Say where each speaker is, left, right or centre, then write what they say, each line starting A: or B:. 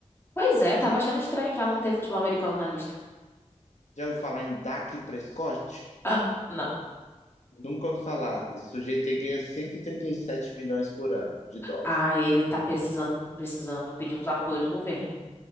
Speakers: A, on the left; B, on the left.
A: Pois é, tava achando estranho já não ter futebol americano na lista.
B: Já ouviu falar em Dak Prescott?
A: Ah, não.
B: Nunca ouvi falar. Esse sujeito aí ganha 137 milhões por ano de dólar
A: Ah, ele tá precisando, precisando pedir uns apoio do governo.